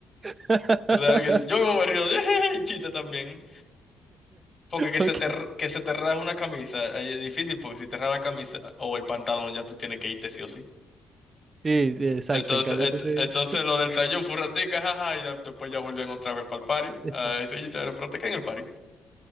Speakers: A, on the right; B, on the left.
A: <laughs>
B: Real que yo mismo me río, <laughs> chiste también. Porque que se
A: Ok,
B: te, r- que se te raje una camisa, ahí es difícil, porque si te raja la camisa o el pantalón, ya tú tienes que irte sí o sí.
A: Sí, sí, exacto.
B: Entonces,
A: En cambio,
B: ent-
A: tú te...
B: entonces lo del trayón fue un ratico, jaja, y de- después ya volvían otra vez para el party.
A: <laughs>
B: Ah, Richie te en el party.